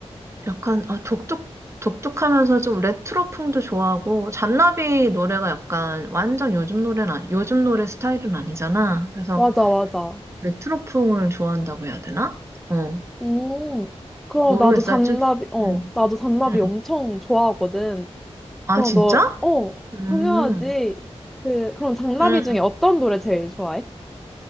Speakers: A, on the right; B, in the centre.
A: 약간 아 독특 독특하면서 좀 레트로풍도 좋아하고 잔나비 노래가 약간 완전 요즘 노래는 아니- 요즘 노래 스타일은 아니잖아. 그래서
B: 맞아, 맞아.
A: 레트로풍을 좋아한다고 해야 되나? 어.
B: 음, 그럼
A: 모르겠어요.
B: 나도 잔나비,
A: 좀,
B: 어,
A: 음.
B: 나도 잔나비
A: 응,
B: 엄청 좋아하거든.
A: 아,
B: 그럼
A: 진짜?
B: 너, 어,
A: 음.
B: 당연하지. 그, 그럼 장나비
A: 응.
B: 중에 어떤 노래 제일 좋아해?